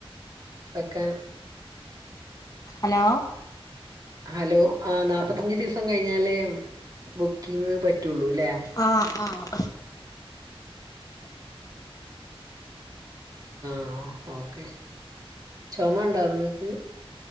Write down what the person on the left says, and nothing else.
ഹലോ.
ആഹ് ആഹ്.